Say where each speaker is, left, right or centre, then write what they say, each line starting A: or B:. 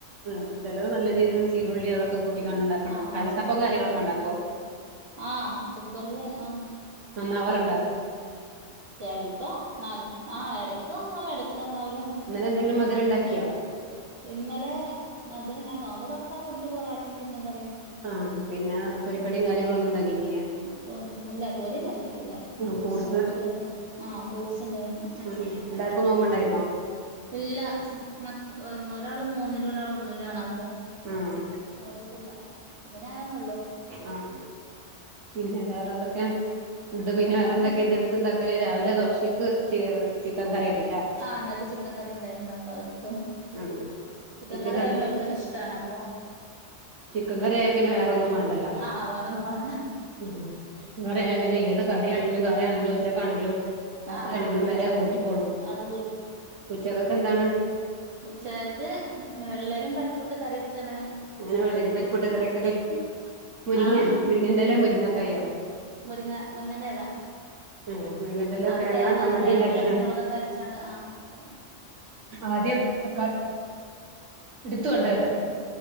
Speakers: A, on the right; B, on the right.
A: ഉം ചേലോര് നല്ലജീരകും ചീരുള്ളി അതൊക്കെ കൂട്ടിക്കാണ്ട്ഇണ്ടാക്ണാണ
B: ആഹ് അതാ
A: കൽത്തപ്പം
B: കൂട്ടി
A: കാര്യങ്ങളൊക്കെ
B: നോ
A: ഇണ്ടാക്കോ
B: ആഹ് കുക്കറ്ല് ആഹ്
A: നന്നാവാറ്ണ്ടോ
B: ചെൽപ്പോ നല് ആ എടക്ക് നന്നാവും എടക്ക്ന്നാവൂല
A: ഇന്നലെ എന്തങ്കിലും മധുരംണ്ടാക്കിയാ
B: ഇന്നലെ മധുരം ഞാൻ നോമ്പ് തുറക്കാം ഫുഡ്ഡ് പൊറാട്ടിം ചിക്കൻ കറിം
A: ആഹ് പിന്നെ പൊരിക്കടി കാര്യങ്ങളൊന്നും ഇണ്ടാക്കിട്ടില്ലെ
B: പോം ല്ല പൊരിണ്ടാക്കിട്ടില്ല ജ്യൂസ്
A: ഫ്രൂട്ട്സ്
B: അങ്ങനത്തെക്കെ ആഹ് ഫ്രൂട്ട്സ് ഇണ്ടായിന്നു
A: ഉം എല്ലാർക്കും നോമ്പ് ണ്ടായിര്ന്നോ
B: ഇല്ല മക് ഒരാള് മൂന്നിലും ഒരാള് ഒന്നിലും ആണ് അപ്പോ
A: ആഹ്
B: നോറ്റിട്ടില്ല പിന്നെ ഞാനെന്നെള്ളൂ
A: ആഹ് ആഹ് പിന്നെ വേറന്തൊക്കെ ഫുഡ്ഡ് പിന്നെ
B: വേറെന്താ
A: വേറെന്തൊക്കെര്ന്നു ണ്ടാക്കല് രാവിലെ ദോശക്ക് ചി ചിക്കൻ കറിര്ന്നൂല്ലേ
B: ആഹ് ഇന്നൽത്തെ ചിക്കൻ കറി ഇണ്ടായിരുന്നു അപ്പൊ അത്ട്ത്തു
A: ആഹ്
B: ചിക്കൻ
A: ഉച്ചക്ക്
B: കറി ആയ പിന്നോല്ക് ഇശ് ട്ടാണപ്പോ
A: ചിക്കൻ കറിയായ പിന്നെ വേറൊന്നും വേണ്ടല്ലോ
B: ആ വേറൊന്നും വേണ്ട
A: ഉം ചിക്കൻ കറിയായ പിന്നെ ഏതൊക്കെ കഡ്യാണെങ്കിലും കറി ആണങ്കിലും ഉച്ചക്കാണെങ്കിലും രാത്രിയാണെങ്കിലും
B: ആ ആ
A: വരെ ഊട്ടിക്കോളും
B: അത്
A: ഉച്ചക്കക് എന്താണ്
B: ഉച്ചകക്ക് വെള്ളരീം പരിപ്പൂട്ട് കറിവച്ണ്
A: എങ്ങനെ വെള്ളരീം പരിപ്പൊട്ട് കറിക്കല് മുരിങ്ങ
B: ആഹ്
A: മുരിങ്ങന്റെല മുരിങ്ങക്കായോ
B: മുരിങ്ങ മുരിങ്ങന്റെല
A: ഏഹ് മുരിങ്ങന്റെല
B: അത്
A: തേങ്ങാ
B: തേങ്ങ
A: ചമ്മന്തി
B: തേങ്ങി
A: ഉണ്ടാക്കിക്കാണ്ട്
B: പച്ചമുളകൊക്കെ അരച്ചാണ്ട് ആഹ് അങ്ങനട്ട്
A: ആദ്യം തക്കളി ഇടുത് കൊണ്ടരത്
B: എന്താ